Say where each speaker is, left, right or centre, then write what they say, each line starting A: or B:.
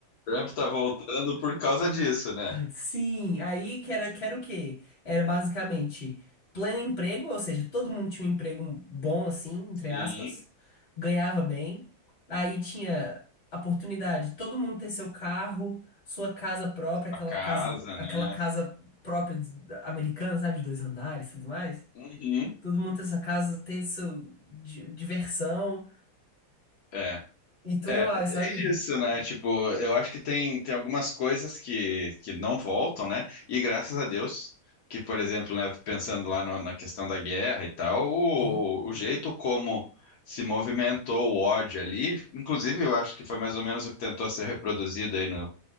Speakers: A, on the left; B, on the left.
A: Trump tá voltando por causa disso, né?
B: Sim, aí que era, que era o quê? Era basicamente pleno emprego, ou seja, todo mundo tinha um emprego bom, assim, entre
A: Sim,
B: aspas, ganhava bem. Aí tinha a oportunidade de todo mundo ter seu carro, sua casa própria, aquela
A: a casa,
B: casa, aquela
A: né?
B: casa própria de- americana, sabe, de dois andares e tudo mais.
A: Uhum.
B: Todo mundo ter sua casa, ter sua di- diversão
A: É.
B: e tudo
A: É,
B: mais,
A: é
B: sabe?
A: isso, né? Tipo, eu acho que tem, tem algumas coisas que, que não voltam, né? E graças a Deus, que, por exemplo, né, pensando lá no- na questão da guerra e tal, o,
B: Sim,
A: o jeito como se movimentou o ódio ali, inclusive eu acho que foi mais ou menos o que tentou ser reproduzido aí no,